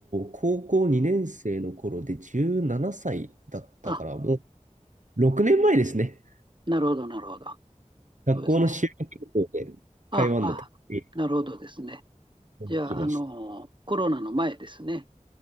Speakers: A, on the right; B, on the right.
A: 高校2年生の頃で17歳だったから、
B: あ、
A: もう6年前ですね。
B: なるほど、なるほど。
A: 学校の修学旅行で台湾の台北
B: そうですね。あ、あ、なるほどですね。
A: に行きました。
B: じゃあ、あの、コロナの前ですね。